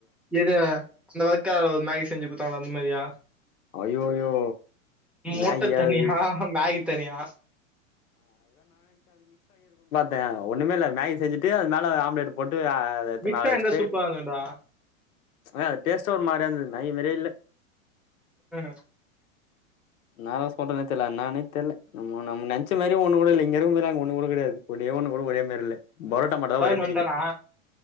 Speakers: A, in the centre; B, on the left.
A: எது அந்த வெர்க்கா மேகி செஞ்சு குத்தாங்ளோ அந்த மாரியா
B: ஐயோயோ
A: முட்ட
B: மேகியா
A: தனியா
B: அது
A: மேகி தனியா
B: தா ஒண்ணுமே இல்ல மேகி செஞ்சுட்டு அது மேல ஆம்லேட்ட போட் ஆ அத எடுத்து
A: மிக்ஸா
B: மேல வெச்சுட்டு
A: இருந்தா சூப்பரா இருந்துக்குடா
B: அ டேஸ்ட்டு ஒரு மார் அந்த மேகி மாரியே இல்ல
A: ம்
B: நாவாஸ் போட்டனே தெர்ல என்னானே தெர்ல நம்ம நம்ம நென் ச்சு மாரி ஒன்னுகூட இல்ல இங்க இருக்கு போதுலா எனக்கு ஒன்னுகூட கடயாது ஒன்னே ஒன்னுகூட ஒரே மாரி இல்ல பரோட்டா மாட்டுதா
A: தருண்
B: ஒரே மாரி
A: வன்ட்டானா
B: இக்குது